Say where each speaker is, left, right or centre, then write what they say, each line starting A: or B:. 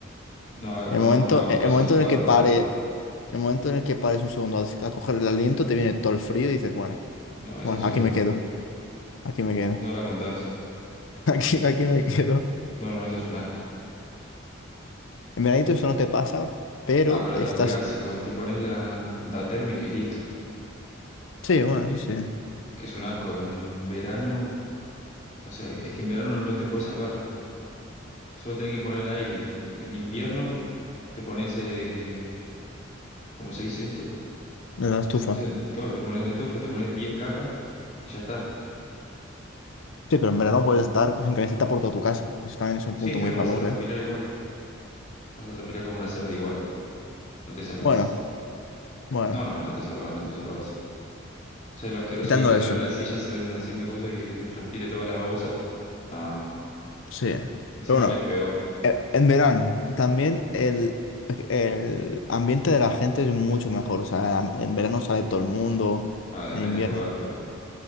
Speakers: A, on the left (about 35°); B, on the left (about 70°).
A: No, a ver,
B: El
A: cuando,
B: momento,
A: no, cuando
B: e, el
A: hace
B: momento
A: 4
B: en el que pare,
A: grados.
B: el momento en el que pares un segundo a, a coger el aliento, te viene todo el frío y dices, bueno,
A: No, eso
B: bueno,
A: sí
B: aquí
A: es verdad.
B: me quedo, aquí me quedo,
A: No la contás.
B: <laughs> aquí, aquí me quedo.
A: No, no, eso es un asco.
B: En veranito eso no te pasa, pero
A: Ah, pero
B: estás,
A: te abrigás igual, te pones la, la térmica y listo.
B: sí, bueno, eso sí, en
A: Que es un asco. En verano, o sea, que- es que en verano no te puedes salvar. Solo tenés que poner el aire. En invierno te pones, eh, ¿cómo se dice esto?
B: la estufa.
A: O sea, claro, te pones una estufa, te pones 10 capas y ya está.
B: Sí, pero en
A: Eh,
B: verano puedes estar sin camiseta por toda tu casa. Eso también es un punto
A: Sí, pero
B: muy a favor,
A: vas a transpirar
B: ¿eh?
A: igual. Vas a transpirar como una cerda igual. No te salvás.
B: Bueno, bueno,
A: No, no, no te salvás, no te salvás. O sea, lo asqueroso
B: quitando
A: que es estar
B: eso,
A: en la silla hacer- haciendo cosas y te transpire toda la babosa. No, no.
B: sí.
A: Encima
B: Pero bueno.
A: olés peor.
B: E- En verano, también el, el ambiente de la gente es mucho mejor. O sea, en verano sale todo el mundo,
A: Bueno, depende
B: en invierno.
A: del lugar igual.